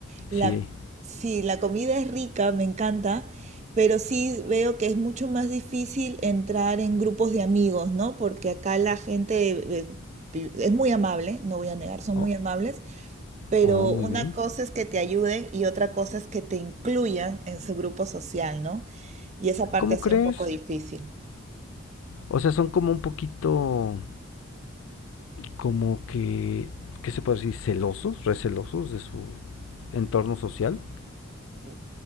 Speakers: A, on the right (about 35°); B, on the left (about 75°).
A: La,
B: sí.
A: sí, la comida es rica, me encanta, pero sí veo que es mucho más difícil entrar en grupos de amigos, ¿no? Porque acá la gente eh, eh, pi- es muy amable, no voy a negar, son
B: Oh,
A: muy amables, pero
B: oh, muy
A: una
B: bien.
A: cosa es que te ayuden y otra cosa es que te incluyan en su grupo social, ¿no? Y esa parte
B: ¿Cómo
A: ha sido
B: crees?
A: un poco difícil.
B: O sea, son como un poquito, como que, ¿qué se puede decir? Celosos, recelosos de su entorno social.
A: No